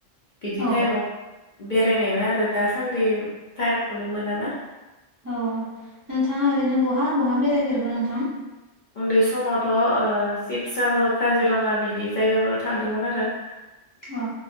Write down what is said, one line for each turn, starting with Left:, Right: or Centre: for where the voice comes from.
Left: बिदि
Right: औ
Left: टाइमाव बेरायनायानो आरो दा सान्दि टाइमखौनो मोना ना?
Right: औ नोंथाङा ओरैनो बहा बहा बेरायफेरखो नोंथां?
Left: उन्दै समावथ' ओ शिबसागर काजिरङा बिबदि जायगाफोराव थांदोंमोन आरो। <inaudible>
Right: अ